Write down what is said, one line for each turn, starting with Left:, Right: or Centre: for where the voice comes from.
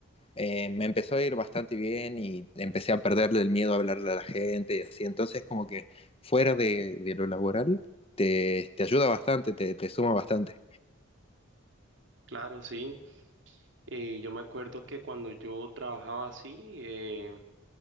Left: eh, me empezó a ir bastante bien y empecé a perderle el miedo a hablarle a la gente y así. Entonces, como que fuera de, de lo laboral, te, te ayuda bastante, te, te suma bastante.
Right: Claro, sí. Eh, yo me acuerdo que cuando yo trabajaba así, eh,